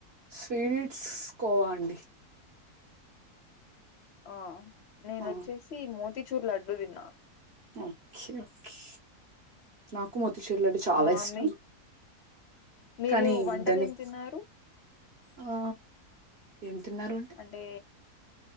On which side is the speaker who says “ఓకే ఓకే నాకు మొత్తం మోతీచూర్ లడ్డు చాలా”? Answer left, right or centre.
Right